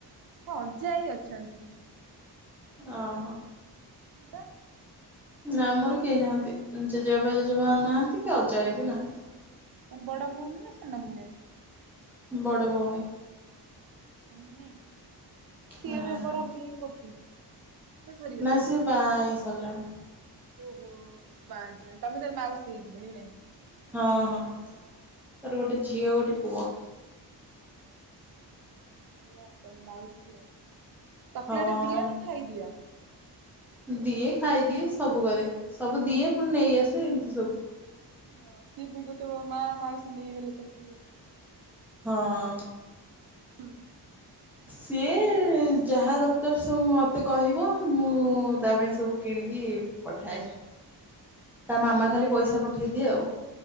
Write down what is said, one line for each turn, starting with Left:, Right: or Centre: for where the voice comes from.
Right: ହଁ ଅଜା ଆଈ ଅଛନ୍ତି।
Centre: ଓହୋ।
Right: ତୁମର।
Centre: ନା ଆମର କେହି ନାହାନ୍ତି, ଜେଜେବାପ ଜେଜମା ନାହାନ୍ତି କି ଅଜାଆଇ ବି ନାହାନ୍ତି।
Right: ମୁଁ କହିନି ବଡ଼ ଭଉଣି ନା ସାନ ଭଉଣି ଅଛନ୍ତି।
Centre: ବଡ଼ ଭଉଣୀ।
Right: ହୋନି ସିଏ
Centre: ହଁ
Right: ଏବେ ପଢାପଢି କରୁଚି। ଏ ସରିଗଲାଣି।
Centre: ନା ସିଏ ବାହା ହେଇ ସାରିଲାଣି
Right: ଓହୋ ବାସ୍ ବାସ୍ ତମେ ତାର ମାଉସୀ ହେଇଯିବନି ନାଇଁ।
Centre: ହଁ ହଁ ତାର ଗୋଟେ ଝିଅ ଗୋଟେ ପୁଅ।
Right: <inaudible> ଚକଲେଟ
Centre: ହଁ
Right: ଦିଅ ନା ଖାଇଦିଅ।
Centre: ଦିଏ ଖାଇଦିଏ ସବୁ କରେ, ସବୁ ଦିଏ ପୁଣି ନେଇ ଆସେ ଏମିତି ସବୁ।
Right: ହଁ ଦିଦି କହୁଥିବ ମା ମାଉସୀ ନେଇଗଲେ, ଚକଲେଟ୍।
Centre: ହଁ।
Right: ହୁଁ।
Centre: ସିଏ ଯାହା ଦର ସବୁ ମୋତେ କହିବ, ମୁଁ ତା ପାଇଁ ସବୁ କିଣିକି ପଠାଏ। ତା ମାମା ଖାଲି ପଇସା ପଠେଇଦିଏ ଆଉ